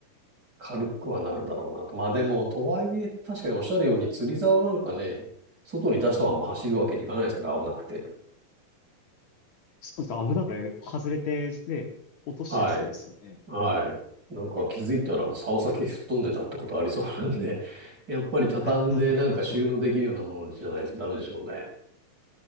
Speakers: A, on the right; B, on the left.
A: 軽くはなるだろうなと。まあでも、とはいえ、確かにおっしゃるように釣り竿なんかね、外に出したまま走るわけにいかないですから、危なくて。
B: そうです。危ない。こ外れて、ね、落としちゃいそうですよね。
A: はい。はい。なんか気づいたら竿先吹っ飛んでたってことありそうなんで、やっぱり畳んでなんか収納できるようなものにしないとダメでしょうね。
B: <laughs>